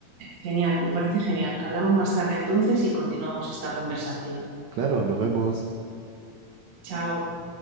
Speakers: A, on the right (about 50°); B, on the right (about 65°).
A: Genial, me parece genial. Hablamos más tarde entonces y continuamos esta conversación.
B: Claro, nos vemos.
A: Chao.